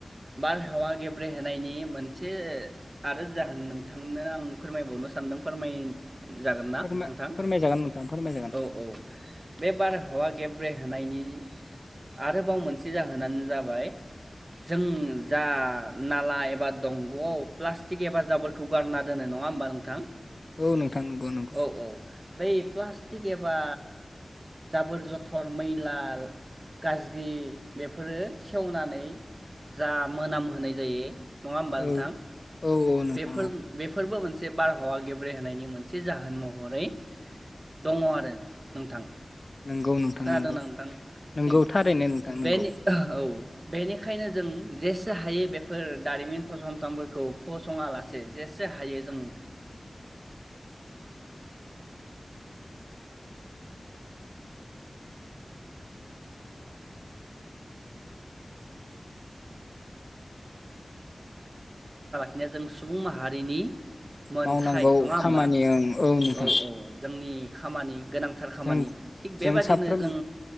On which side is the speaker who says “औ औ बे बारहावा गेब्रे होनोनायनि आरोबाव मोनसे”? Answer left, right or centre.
Right